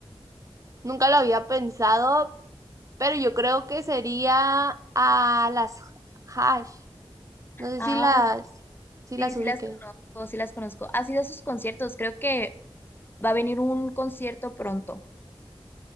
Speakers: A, on the right; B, on the left.
A: Nunca lo había pensado, pero yo creo que sería a las hash. No sé
B: Ah,
A: si las, si
B: sí,
A: las
B: sí
A: ubiquen.
B: las conozco, sí las conozco. Has ido a sus conciertos, creo que va a venir un concierto pronto.